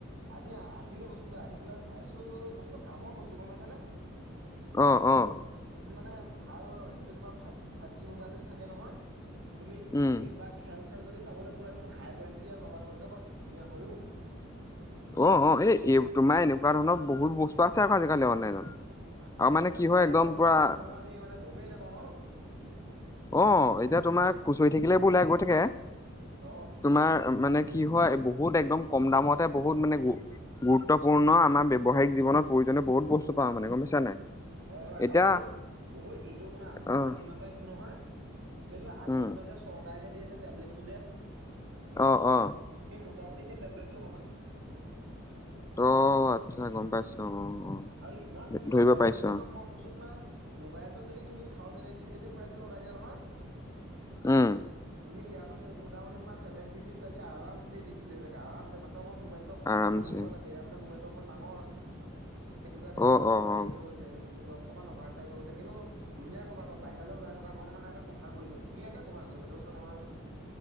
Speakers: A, on the right; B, on the left.
A: আজি আহ আহিলে বস্তুটো আহি পেলাই চাইছো বস্তুটো কামৰ বস্তু গম পাইছা নে?
B: অ', অ',
A: উম মানে ভাল যদি তোমাৰ ফাই ফাইপ জি মোবাইল যদি থাকে নহয়, তুমি ইউটিউব
B: উম,
A: বা খেল-চেল যদি চাবলৈ পুৰা হাই কুৱালিটি তেতিয়া লগাই লগে বৰ ধুনীয়া হয় অ।
B: অ অ এ এই তোমাৰ এনেকুৱা ধৰণৰ বহুত বস্তু আছে আকৌ আজিকালি অনলাইনত।
A: আছে
B: আৰু
A: অনলাইনত
B: মানে কি
A: এনেকুৱা
B: হয় একদম পুৰা
A: বস্তু আছে নহয়, আমি মানে গমেই নাপাওঁ ন?
B: অঁ এতিয়া তোমাৰ খুচৰি থাকিলে এবোৰ ওলাই গৈ থাকে।
A: অ,
B: তোমা মানে কি হয়, বহুত একদম কম
A: তোমাৰটো
B: দামতে
A: খুলি ল।
B: ব বহুত মানে গু গুৰুত্বপূৰ্ণ আমাৰ ব্যৱসায়িক জীৱনত প্ৰয়োজনীয় বহুত বস্তু পাওঁ মানে, গম পাইছা নাই?
A: হয় হয়
B: এতিয়া
A: আও এইটো বহুত এইটো শুনা মই
B: আহ
A: যিমানটা আনিছো নহয় এইটো আগৰ
B: উম
A: দিনত যে চৰকাৰে যে দিয়ে যে টেবলেটটো যে।
B: অ অ।
A: সেই মোটামুটি সেই টেবলেটটো সমান।
B: অ আত্চ্ছা, গম পাইছো অ অ।
A: আৰু ইমান ধুনীয়া
B: ধৰিব
A: কোৱালিটি
B: পাইছো
A: নহয়
B: অ
A: মই কৈছো তোমাৰ মোবাইলটো যদি তুমি থাউজেণ্ড এইটি যদি কোৱালিটি লগাই দিয়া নহয়
B: উম
A: তুমি ইয়াতো মোটামুটি তোমাছ চভেন ফিফটি কুৱিটি আৰামছে ডিছপ্লে হৈ থাকে, আৰামছে মাত্ৰ আক মোবাইলটো অকণমান
B: আৰামছে
A: স'ও হব লাগে এয়া মানে মোবাইলটো অকমান ডাঙৰ, সেইটো কাৰণে যেনিবা
B: অ
A: অকমান
B: অ
A: হেৰি
B: অ
A: হৈ গৈছে, এইটো বুলি কয় অকণমান অভাৰ চাইজ হৈ গৈছে। কিন্তু ধুনীয়া কভাৰ ক, বাহিৰলে ওলাই থকা কৰণে মানে সেতে কভাৰ কৰি দিয়ে, ধুনীয়াকে কভাৰ কয়ে মানে কৈছো নহয়।